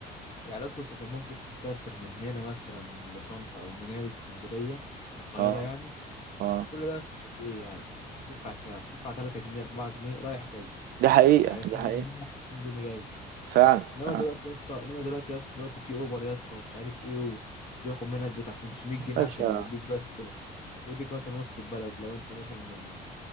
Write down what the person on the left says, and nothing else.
يعني اصلا انت كان ممكن تسافر من هنا مثلا لطنطا او من هنا لاسكندريه القاهره
يعني
في كل ده اصلا قد ايه يعني تدفع كام؟ تدفع 3 جنيه 4 جنيه رايح جاي
يعني 2
جنيه رايح 2 جنيه جاي
انما
دلوقتي يا اسطى انما دلوقتي يا اسطى دلوقتي في اوبر يا اسطى ومش عارف ايه و... وبياخد منك بتاع 500 جنيه
عشان يوديك بس يوديك مثلا وسط البلد لو انت مثلا من